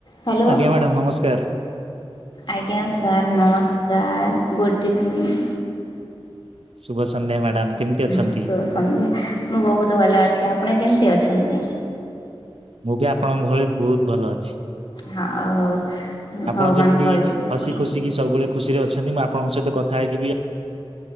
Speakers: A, on the left; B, on the right.
A: Hello
B: ଆଜ୍ଞା madam ନମସ୍କାର-
A: ଆଜ୍ଞା ସାର୍ ନମସ୍କାର ଗୁଡ଼୍ ଇଭିନିଂ-
B: ସୁୁଭ ସନ୍ଧ୍ୟା ମ୍ୟାଡ଼ାମ କେମିତି ଅଛନ୍ତି?
A: ସନ୍ଧ୍ୟା ମୁଁ ବହୁତ ଭଲ ଅଛି, ଆ- ଆପଣ କେମିତି ଅଛନ୍ତି।
B: ମୁଁ ବି ଆପଣଙ୍କ ଭଳି ବହୁତ ଭଲ ଅଛି-
A: ହ ଓଉ
B: ଆପଣ
A: ଭଗବାନ
B: ଯେମିତି
A: କହି-
B: ହସି ଖୁସିିକି ସବୁବେଳେ ଖୁସିରେ ଅଛନ୍ତି ମୁଁ ଆପଣଙ୍କ ସହିତ କଥା ହେଇକିବି-